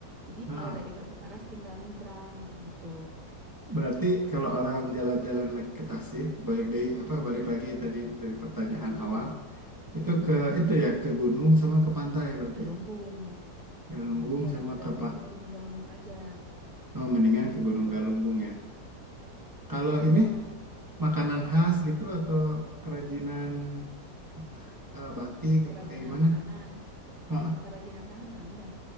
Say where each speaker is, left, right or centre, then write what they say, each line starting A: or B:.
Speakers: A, on the right (about 70°); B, on the right (about 30°).
A: Jadi
B: ah,
A: kalau dari
B: ah.
A: Batu Karas tinggal nyebrang gitu.
B: Berarti kalau orang jalan-jalan naik ke Tasik, balik dari
A: Mm-mm,
B: apa
A: mm-mm,
B: balik lagi tadi dari pertanyaan
A: mm-mm,
B: awal, itu
A: mm-mm.
B: ke itu ya ke gunung sama ke pantai berarti.
A: Galunggung.
B: Galunggung
A: Iya,
B: sama
A: ke, Ganu-
B: ke Pak
A: ke Gunung Galunggung aja
B: oh, mendingan
A: gitu.
B: ke Gunung Galunggung ya. Kalau
A: Mm-mm.
B: ini makanan khas gitu atau kerajinan apa eh, batik
A: Kerajinan
B: apa kayak gimana?
A: tangan.
B: Ah, ah,
A: Oh, kerajinan tangan ada,